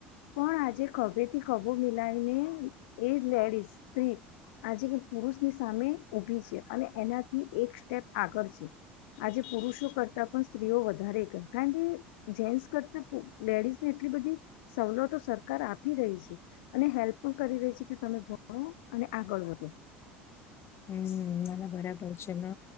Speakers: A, on the left (about 75°); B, on the left (about 45°).
A: પણ આજે ખભેથી ખભો મિલાવીને એ લેડીઝ સ્ત્રી આજે પુરુષની સામે ઉભી છે અને એનાથી એક સ્ટેપ આગળ છે. આજે પુરુષો કરતા સ્ત્રીઓ વધ કારણ કે જેસ કરતા લેડીઝને એટલી બધી સવલતો સરકાર ી રહી છે અને હેલ્પ કરી રહી છે. કે તમે ભણો અને આગળ વધો.
B: હમ મને બરાબર છે